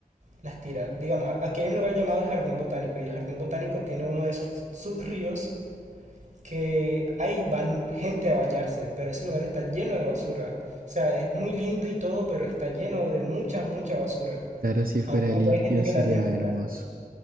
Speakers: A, on the right (about 55°); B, on the right (about 70°).
A: las tiran. Digamos, aquí hay un lugar llamado el Jardín Botánico y el Jardín Botánico tiene uno de esos sus ríos que ahí van gente a bañarse, pero ese lugar está lleno de basura. O sea, es muy lindo y todo, pero está lleno de mucha, mucha basura.
B: Claro, si fuera
A: Aun cuando
B: limpio
A: hay gente que
B: sería
A: la limpia.
B: hermoso.